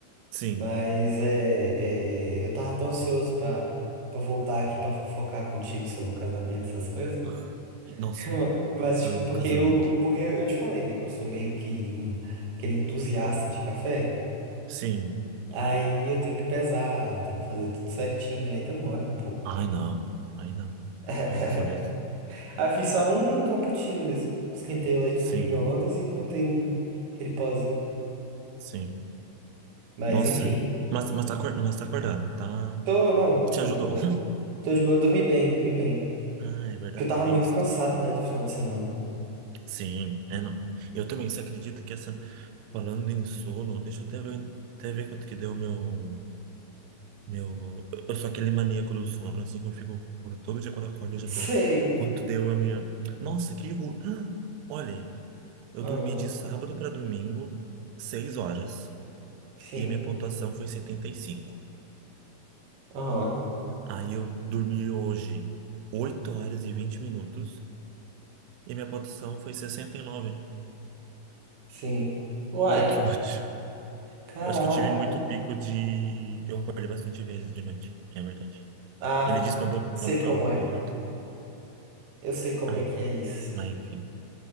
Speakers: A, on the right; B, on the right.
A: Sim.
B: Mas é, é, eu tava tão ansioso pra, pra voltar aqui pra fofocar contigo sobre o casamento, essas coisas.
A: Ai, nossa,
B: <laughs> Mas,
A: amo
B: tipo, porque
A: casamento.
B: eu, porque eu te falei, né? Que eu sou meio que um, aquele entusiasta de café.
A: Sim.
B: Aí eu tenho que pesar, tenho que fazer tudo certinho, aí demora um pouco.
A: Ai, não. Ai, não.
B: <laughs>
A: Eu não sou desse.
B: Aí eu fiz só um cappuccino mesmo. Esquentei o leite
A: Sim,
B: no micro-ondas e botei um, aquele pozinho.
A: sim.
B: Mas
A: Nossa,
B: enfim,
A: mas, mas tá acordado, mas tá acordado, tá?
B: tô, não,
A: Te
B: tô
A: ajudou.
B: de boa.
A: <laughs>
B: Tô de boa, dormi bem, dormi bem.
A: Ah, é verdade,
B: Porque eu tava
A: tem
B: muito
A: isso.
B: cansado, né, do final de semana.
A: Sim, é não. Eu também, você acredita que essa. Falando em sono, deixa eu até ver, até ver quanto que deu o meu. Meu. Eu sou aquele maníaco do sono, assim, que eu fico. Todo dia quando eu acordo eu já
B: Sei.
A: tô. Quanto deu a minha. Nossa, que ruim. <gasps> Olha, eu
B: Ah,
A: dormi de sábado pra domingo, seis horas.
B: sim.
A: E a minha pontuação foi 75.
B: Aham,
A: Aí eu dormi hoje. 8 horas e 20 minutos. E minha pontuação foi 69.
B: sim. Uai,
A: Ai, que <laughs> ódio.
B: caraca.
A: Eu Acho que eu tive muito pico de. Eu acordei bastante vezes de noite. É verdade.
B: Ah,
A: Ele diz quando,
B: sei
A: quando que
B: como
A: eu acordo.
B: é. Eu sei como
A: Ai,
B: é que é isso.
A: mas enfim.